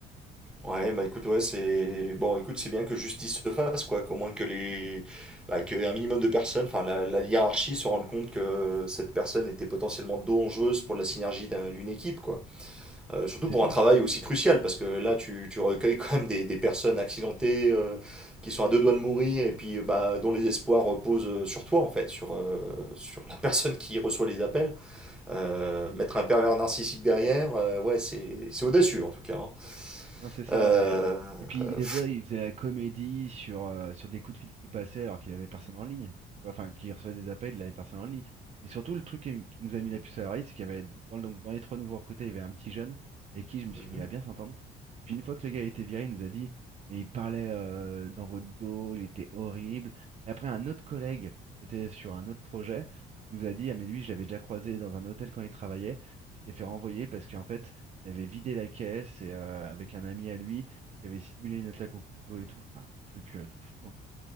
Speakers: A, in the centre; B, on the right (about 40°).
A: Ouais, bah écoute, ouais, c'est... Bon, écoute, c'est bien que justice se fasse, quoi. Qu'au moins que les... Bah, qu'un minimum de personnes, enfin, la, la hiérarchie se rende compte que cette personne était potentiellement dangereuse pour la synergie d'un- d'une équipe, quoi. Euh, surtout
B: C'est
A: pour
B: ça?
A: un travail aussi crucial, parce que là, tu, tu recueilles quand même des, des personnes accidentées euh, qui sont à deux doigts de mourir et puis euh, bah, dont les espoirs reposent euh, sur toi, en fait, sur, euh, sur la personne qui reçoit les appels. Euh, mettre un pervers narcissique derrière, euh, ouais, c'est c'est audacieux en tout cas. hein.
B: Non, c'est ça.
A: Euh,
B: Et, et puis,
A: euh,
B: des fois, il faisait la comédie sur, euh, sur des coups de fil qui passaient alors qu'il avait personne en ligne. Tu vois, enfin, qui recevait des appels, il avait personne en ligne. Et surtout, le truc qui, qui nous a mis la puce à l'oreille, c'est qu'il y avait, dans, le- donc, dans les trois nouveaux recrutés, il y avait un petit jeune avec qui je me suis
A: mhm.
B: mis à bien s'entendre. Et puis, une fois que le gars a été viré, il nous a dit, mais il parlait euh, dans votre dos, il était horrible. Et après, un autre collègue qui était sur un autre projet nous a dit, ah, mais lui, je l'avais déjà croisé dans un hôtel quand il travaillait. Il s'était fait renvoyer parce qu'en fait, il avait vidé la caisse et euh, avec un ami à lui qui avait simulé une attaque au couteau et tout. Enfin, un truc euh, de fou. hein.